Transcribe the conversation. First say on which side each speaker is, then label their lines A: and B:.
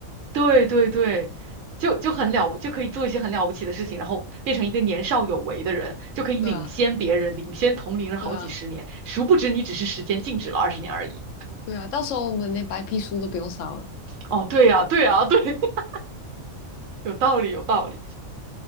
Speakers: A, on the right; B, on the left.
A: 对对对，就就很了不，就可以做一些很了不起的事情，然后变成一个年少有为的人，
B: <laughs>
A: 就可以领先别人，
B: 对啊。
A: 领先同龄人好几十年。
B: 对啊，
A: 殊不知你只是时间静止了二十年而已。
B: 对啊，到时候我们连白皮书都不用烧了，
A: 哦，对呀，对呀，对，<laughs> 有道理，有道理。